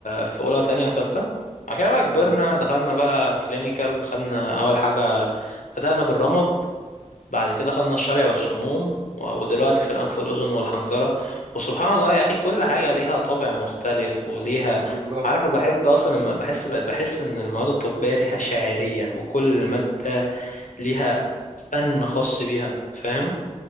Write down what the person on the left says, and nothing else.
في اولى وتانية وتالتة بعد كده بقى
كبرنا دخلنا بقى كلينيكال خدنا اول حاجة بدأنا بالرمد بعد كده خدنا الشرع والسموم و- ودلوقتي
في الانف والاذن والحنجرة وسبحان الله يا اخي كل حاجة ليها طابع مختلف وليها
عارف أنا بحب اصلا لما بحس بقت بحس ان المواد الطبية ليها شاعرية وكل مادة ليها فن خاص بيها فاهم